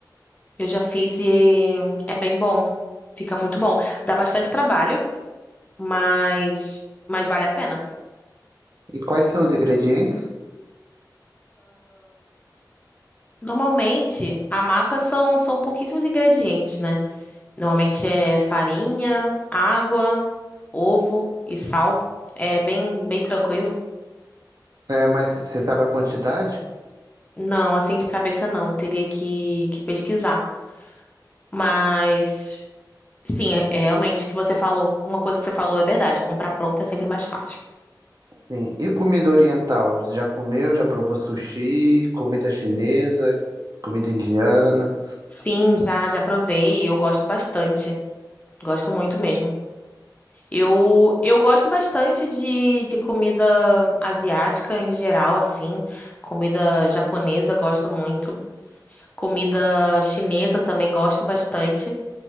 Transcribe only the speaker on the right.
E quais são os ingredientes?
É, mas você sabe a quantidade?
Sim. E comida oriental? Já comeu? Já provou sushi? Comida chinesa? Comida indiana?